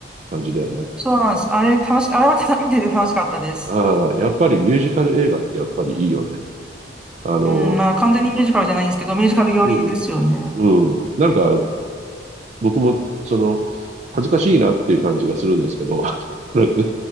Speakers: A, on the right; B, in the centre.
A: 感じだよね。
B: そうなんです。あれ、楽し、あれはた見てて楽しかったです。
A: ああ、やっぱりミュージカル映画ってやっぱりいいよね。あの、
B: うん、まあ、完全にミュージカルじゃないんですけど、ミュージカル寄りですよね。
A: うん、うん。なんか、僕も、その、恥ずかしいなっていう感じがするんですけど、<laughs> なんか、